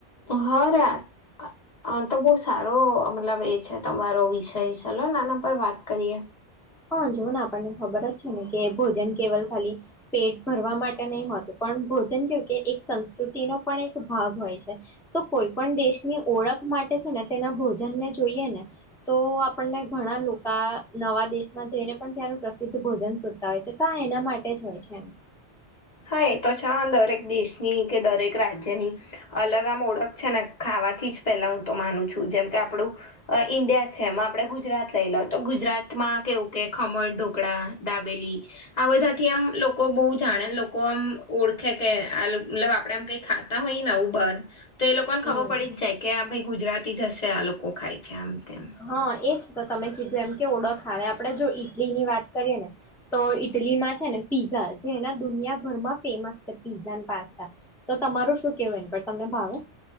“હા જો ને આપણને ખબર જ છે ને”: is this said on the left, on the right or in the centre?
Centre